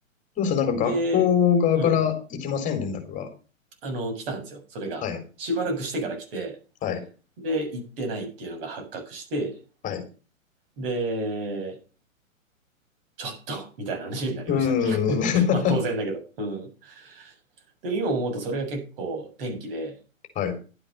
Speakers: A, on the left (about 20°); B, on the right (about 40°).
A: どうするなんか学校側から行きません、
B: で、うん、
A: 連絡が。
B: あの、来たんですよ、それが。
A: はい。
B: しばらくしてから来て、
A: はい。
B: で、行ってないっていうのが発覚して、
A: はい。
B: で、ちょっとみたいな話になりましたね。
A: うーん。
B: <laughs>
A: <laughs>
B: まあ当然だけど。うん。でも今思うとそれが結構転機で、
A: はい。うん、